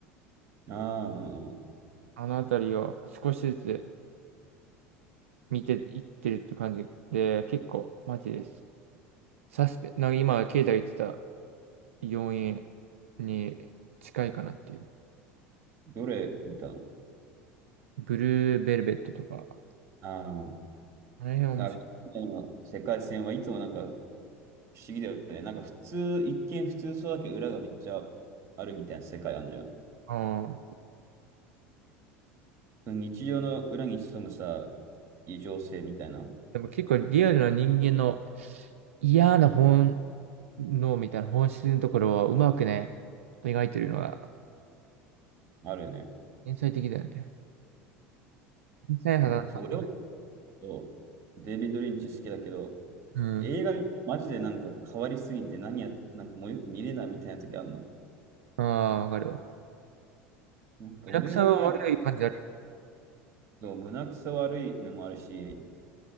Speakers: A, on the right (about 45°); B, on the right (about 80°).
A: ああ、うんうん。
B: あのあたりを少しずつ見ていってるって感じで、結構マジです。サスペ、なんか今、経済言ってた要因に近いかなっていう。
A: どれ見たの
B: ブルーベルベットとか、
A: ああ、
B: あの辺面白い。
A: なんか去年の世界戦はいつもなんか不思議だよね。なんか普通、一見普通そうだけど裏がめっちゃあるみたいな世界あるじゃん。
B: ああ。
A: その日常の裏に潜むさ、異常性みたいな、
B: でも結構リアルな人間の嫌な本能みたいな本質のところをうまくね、描いてるのは
A: あるよね。
B: 天才的だよね。天才肌の感覚。
A: なんかそう、俺はそう、デイビッド・リンチ好きだけど、
B: うん。
A: 映画見たらマジでなんか変わりすぎて何や、なんかもうよく見れないみたいな時あるの。
B: ああ、わかるわ。
A: なんか俺が前、
B: リアクシは悪い感じある。
A: そう胸くそ悪いのもあるし、